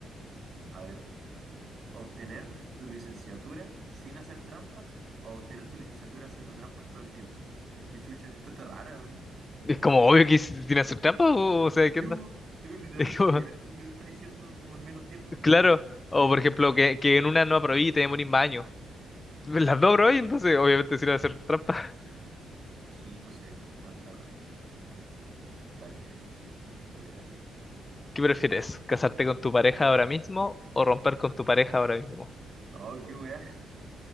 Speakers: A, on the right; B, on the left.
A: A ver, obtener tu licenciatura sin hacer trampas o obtener tu licenciatura haciendo trampas todo el tiempo. Y qué chucha, esto está rara, weón.
B: Es como obvio que si- tiene que hacer trampa o, o sea, ¿qué
A: Sí,
B: onda?
A: bo, sí, bo,
B: <laughs>
A: literal,
B: Es
A: ni
B: como,
A: siquiera es como que te está diciendo como en menos tiempo, es
B: claro.
A: como,
B: O
A: sí.
B: por ejemplo, que, que en una no aprobé y te demorís más años. Pues Las dos aprobé, entonces obviamente sirve hacer trampa.
A: Sí, no sé, está, está raro. Dale, dale, dale.
B: <laughs> ¿Qué prefieres? ¿Casarte con tu pareja ahora mismo o romper con tu pareja ahora mismo?
A: Ay, qué weá.